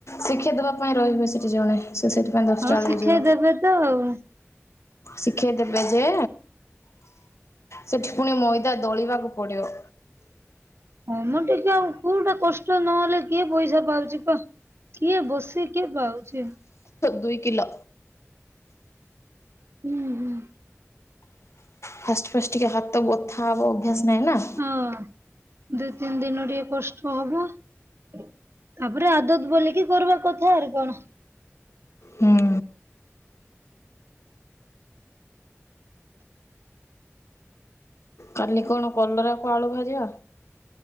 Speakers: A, on the left; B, on the right.
A: ଶିଖେଇବା ଦବା ପାଇଁ ରହିବେ ସେଠି ଜଣେ। ସେ ସେଥିପାଇ ଦଶଟା
B: ହଉ
A: ବେଳକୁ
B: ଶିଖେଇ
A: ଯିବ,
B: ଦେବେ ତ ଆଉ।
A: ଶିଖେଇ ଦେବେ ଯେ ସେଠି ପୁଣି ମଇଦା ଦଳିବାକୁ ପଡିବ।
B: ହଁ ମ ଟିକେ ଆଉ କୋଉଟା କଷ୍ଟ ନହେଲେ କିଏ ପଇସା ପାଉଚି କ। କିଏ ବସି କିଏ ପାଉଚି।
A: ଦୁଇ କିଲ।
B: ହୁଁ ହୁଁ।
A: ଫାଷ୍ଟ ଫାଷ୍ଟ ଟିକେ ହାତ ବଥା ହବ ଅଭ୍ୟାସ ନାହିଁ ନା।
B: ହଁ। ଦୁଇ ତିନି ଦିନ ଟିକେ କଷ୍ଟ ହବ। ତାପରେ ଆଦତ ବୋଲିକି କରିବା କଥା ଆର କଣ?
A: ହୁଁ। କାଲି କଣ କଲରାକୁ ଆଳୁ ଭାଜିବା।